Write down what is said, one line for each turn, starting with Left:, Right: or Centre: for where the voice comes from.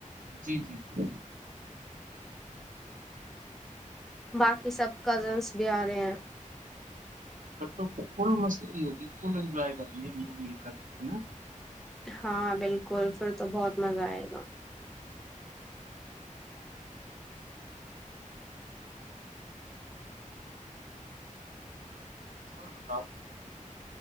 Right: جی جی جی
Centre: باقی سب کزنس بھی آ رہے ہیں
Right: ا تو فل مستی ہوگی فل انجوائے کریں گے ہم لوگ مل کر ہے نا
Centre: ہاں بالکل پھر تو بہت مزہ آئے گا
Right: اور بتاؤ